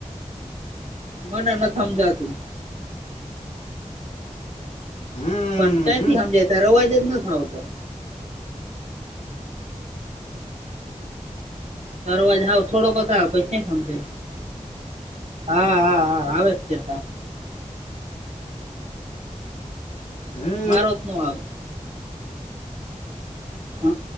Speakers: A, on the right; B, on the left.
A: મને ન સમજાવતું.
B: હમ
A: પણ ક્યાંથી
B: હમ
A: સમજાયતા, અવાજ જ નથી આવતો. તારોવાજ હાવ થોડો કરતા પ <unintelligible> સમજ, હા, હા, હા, આવે તે.
B: હમ
A: મારો જ ન આવ હ